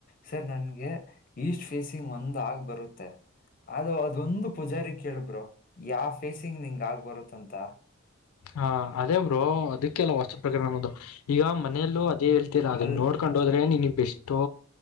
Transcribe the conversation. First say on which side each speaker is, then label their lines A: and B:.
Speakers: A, on the left; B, on the left.
A: ಸರ್ ನನ್ಗೆ ಈಸ್ಟ್ ಫೇಸಿಂಗ್ ಒಂದ್ ಆಗ್ ಬರುತ್ತೆ. ಅದು ಅದೊಂದು ಪೂಜಾರಿ ಕೇಳಬ್ರೋ ಯಾವ ಫೇಸಿಂಗ್ ನಿಂಗ ಆಗ್ ಬರುತ್ತ. ಅಂಥ.
B: ಹಾ ಅದೇ ಬ್ರೋ ಅದಕ್ಕೆಲ್ಲ ವಾಸ್ತು ಪ್ರಕರಣ ಅನ್ನೋದು. ಈಗ ಮನೆಯಲ್ಲೂ ಅದೇ ಹೇಳ್ತೀರಾ ಅದನ್ನ
A: ಅಲ್
B: ನೋಡ್ಕೊಂಡೋದ್ರೆ ನೀನ್ಗ್ ಬೆಷ್ಟು